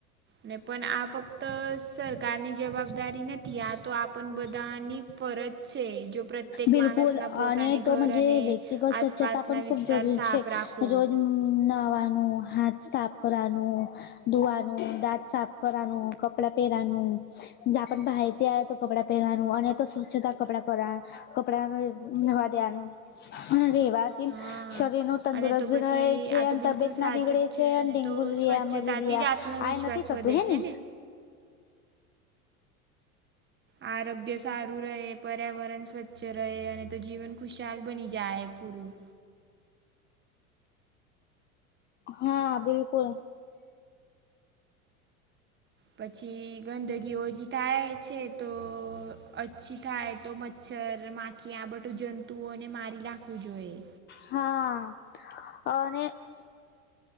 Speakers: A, on the right; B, on the left.
A: ને પણ આ ફક્ત સરકારની જવાબદારી નથી, આ તો આપણ બધાની ફરજ છે જો પ્રત્યેક
B: બિલકુલ
A: માણસના પોતાને
B: અને તોજ
A: ઘર અને
B: વ્યક્તિગત સ્વચ્છતા
A: આસપાસના
B: પણ ખૂબ
A: વિસ્તાર
B: જરૂરી
A: સાફ
B: છે.
A: રાખો
B: રોજ નાહવાનું. હાથ સાફ કરવાનું, ધોવાનું, દાંત સાફ કરવાનું, કપડા પહેરવાનું જા પણ ભાઈથી આય તો કપડાં પહેરવાનું અને તો સ્વચ્છતા કપડા પેરવાના, કપડા નાવા દેવાનું
A: હા
B: <unintelligible> શરીર નું તંદુરસ્ત
A: અને તો
B: ભી
A: પછી
B: રહે છે
A: આ
B: અને
A: તો બિલકુલ
B: તબિયત
A: સાચું
B: ના બીગડે
A: જ
B: છે અને ડેન્ગુ
A: તો
B: લરિયા,
A: સ્વચ્છતાથી
B: મલેરિયા
A: જ આત્મવિશ્વાસ
B: આ નથી થતું
A: વધે
B: હે
A: છે
B: ને?
A: આરોગ્ય સારું રહે, પર્યાવરણ સ્વચ્છ રહે અને તો જીવન ખુશાલ બની જાય પૂરું.
B: હા બિલકુલ.
A: પછી ગંદગી ઓછી થાય છે તો ઓછી થાય તો મચ્છર, મા કે આ બટું જંતુઓને મારી નાખવું જોઈએ.
B: હા અને